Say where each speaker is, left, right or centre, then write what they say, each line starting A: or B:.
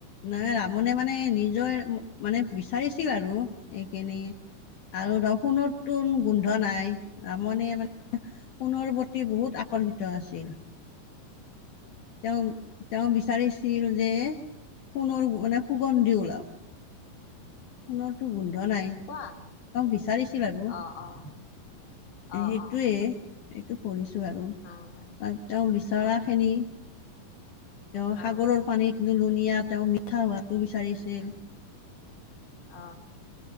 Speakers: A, on the left (about 65°); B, on the left (about 35°).
A: নে ৰাৱনে মানে নিজৰ মানে বিচাৰিছিল আৰু। এইখিনি আৰু ধৰ সোণৰটোন গোন্ধ নাই। ৰামণে মানে সোণৰ প্ৰতি বহুত আকৰ্ষিত আছিল। তেওঁৰ তেওঁ বিচাৰিছিল যে সোণৰ মানে সুগন্ধি ওলাওক। সোণৰ টো গোন্ধ নাই,
B: কোৱা
A: তেওঁ বিচাৰিছিল আৰু।
B: অঁ অঁ।
A: সেইটোৱে
B: অঁ অঁ
A: এইটো পঢ়িছো আৰু ত
B: অঁ
A: তেওঁ বিচাৰা
B: অঁ
A: খিনি তেওঁ সাগৰৰ
B: অঁ
A: পানীটো লুনিয়া তেওঁ মিঠা হোৱাটো বিচাৰিছিল।
B: অ।